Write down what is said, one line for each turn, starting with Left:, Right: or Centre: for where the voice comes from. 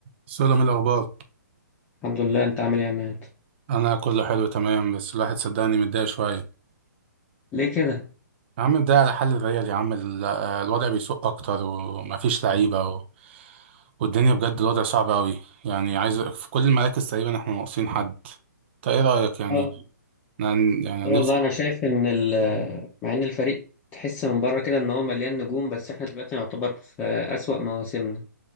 Right: سلام الأخبار
Left: الحمد لله انت عامل ايه يا عماد
Right: أنا كله حلو تمام بس الواحد صدقني متضايق شوية
Left: ليه كده
Right: يا عم متضايق على حل الريال يا عم ال- آه، الوضع بيسوء أكتر ومفيش لعيبة و... والدنيا بجد الوضع صعب أوي يعني عايز في كل المراكز تقريبا إحنا ناقصين حد أنت إيه رأيك يعني
Left: اه
Right: أنا يعني
Left: لا
Right: أنا
Left: والله
Right: نفسي
Left: انا شايف ان ال- مع ان الفريق تحس من بره كده ان هو مليان نجوم بس احنا دلوقتي نعتبر في اسوأ مواسمنا